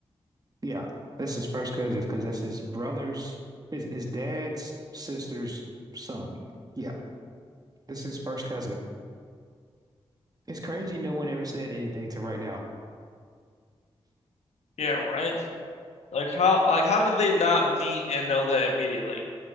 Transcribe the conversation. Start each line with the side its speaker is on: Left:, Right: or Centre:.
Right: Yeah, that's his first cousins because that's his brother's, his his dad's sister's son. Yeah, this is his first cousin. It's crazy no one ever said anything to right now.
Left: yeah, right? Like how like how did they not meet and know that immediately?